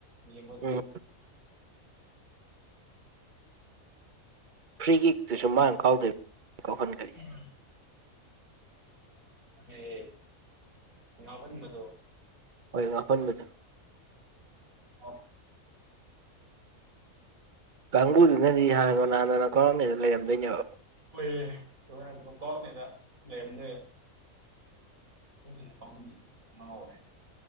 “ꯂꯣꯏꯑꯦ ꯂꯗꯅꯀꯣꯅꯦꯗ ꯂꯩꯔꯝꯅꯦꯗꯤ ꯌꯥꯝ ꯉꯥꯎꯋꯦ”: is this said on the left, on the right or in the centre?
Right